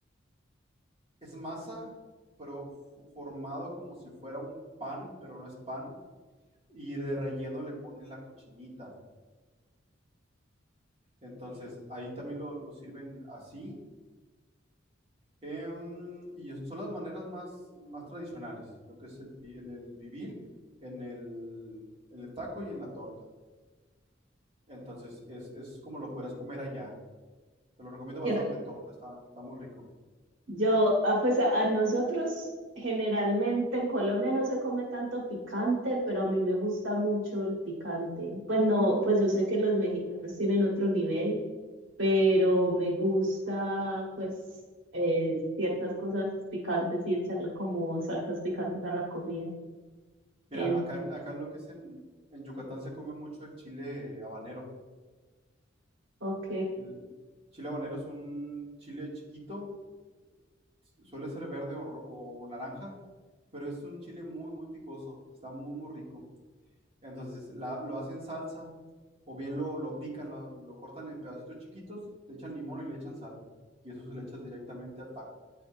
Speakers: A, on the right; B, on the right.
A: Es masa, pero f- formado como si fuera un pan, pero no es pan, y de relleno le ponen la cochinita. Entonces,
B: Ok,
A: ahí también lo, lo sirven así. Em, y es- son las maneras más, más tradicionales, lo que es el, pi- en el pibil, en el, en el taco y en la torta. Entonces, es, es como lo puedas comer allá. Te lo recomiendo bastante
B: Qué rico.
A: en torta, está, está muy rico.
B: Yo, ah, pues a, a nosotros generalmente en Colombia no se come tanto picante, pero a mí me gusta mucho el picante. Pues no, pues yo sé que los mexicanos tienen otro nivel, pero me gusta pues eh, ciertas cosas picantes y echarle como salsas picantes a la comida.
A: Mira,
B: Entonces,
A: acá, en- acá en lo que es en, en Yucatán se come mucho el chile habanero.
B: ok,
A: El chile habanero es un chile chiquito, suele ser verde o, ro- o naranja, pero es un chile muy, muy picoso, está muy, muy rico. Entonces la- lo hacen salsa o bien lo, lo pican, lo, lo cortan en pedacitos chiquitos, le echan limón y le echan sal. Y eso se le echa directamente al taco.